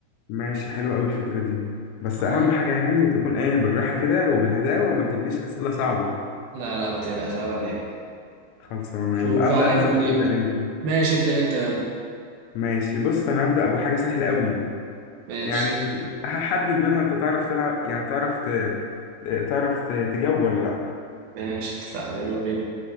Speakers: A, on the left (about 75°); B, on the right (about 70°).
A: ماشي حلوة قوي الفكرة دي بس
B: خلاص
A: أهم حاجة يعني تكون إيه بالراحة كده وبالهداوة وما تجيبليش أسئلة صعبة
B: لا لا ما تقلقش عيب عليك
A: خلصانة
B: شوف
A: يلا أبدأ
B: بقى عايز
A: أنا
B: مين
A: ولا تبدأ
B: يبدأ
A: أنت
B: ماشي ابدأ أنت يلا
A: ماشي بص أنا هبدأ بحاجة سهلة قوي
B: ماشي
A: يعني هحدد منها أنت تعرف تلعب يعني تعرف ت... تعرف ت... تجاوب ولا لأ
B: ماشي اتفقنا يلا بينا